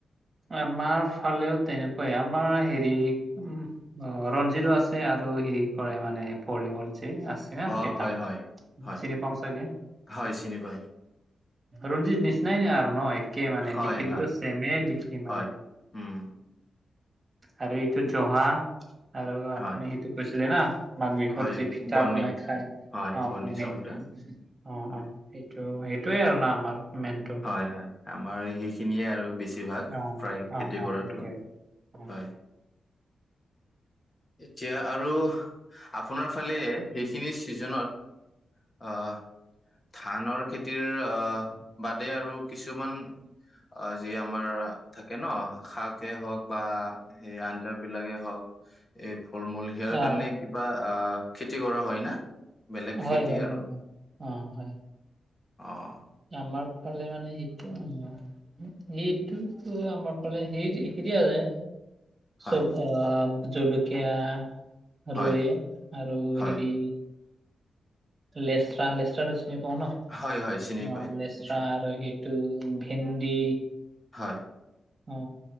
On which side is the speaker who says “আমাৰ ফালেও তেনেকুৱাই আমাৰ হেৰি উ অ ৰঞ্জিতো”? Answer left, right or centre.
Right